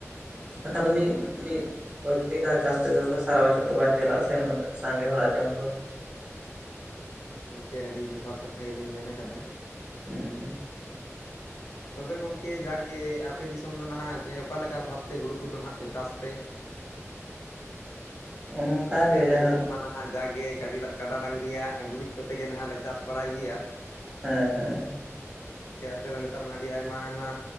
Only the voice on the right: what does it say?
ᱵᱟᱠᱷᱟᱡ ᱫᱚ ᱢᱤᱫ ᱢᱤᱫ ᱳᱭ ᱢᱤᱫ ᱫᱷᱟᱣ ᱪᱟᱥ ᱛᱮᱫᱚ ᱥᱟᱨᱟ ᱵᱚᱪᱷᱚᱨ ᱛᱚ ᱵᱟᱭ ᱪᱟᱞᱟᱜᱼᱟ ᱥᱮ ᱩᱱᱟᱹᱜ ᱥᱟᱸᱜᱮ ᱦᱚᱲᱟᱜ ᱡᱚᱢ ᱫᱚ᱾
ᱦᱮᱸ ᱾
ᱱᱚᱝᱠᱟ
ᱜᱮ
ᱡᱟᱦᱟᱸ
ᱦᱮᱸ ᱦᱮᱸ᱾